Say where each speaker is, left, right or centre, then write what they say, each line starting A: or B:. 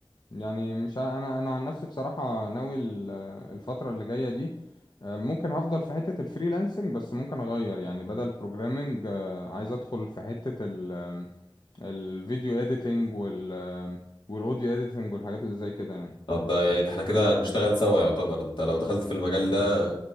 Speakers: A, on the left; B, on the left.
A: يعني مش ع- انا انا عن نفسي بصراحه ناوي ال- الفتره اللي جايه دي آه، ممكن هفضل في حته الفريلانسنج بس ممكن اغير يعني بدل بروجرامنج عايز ادخل في حته ال- آم، الفيديو اديتنج وال آم، والاوديو اديتنج والحاجات اللي زي كده يعني
B: طب ده يعني ده احنا كده نشتغل سوا يعتبر انت لو دخلت في المجال ده